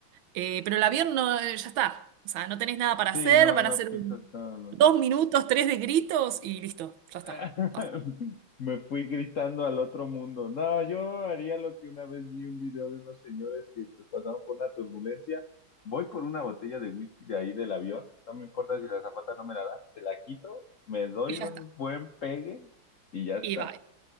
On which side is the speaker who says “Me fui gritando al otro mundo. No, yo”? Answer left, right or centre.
Left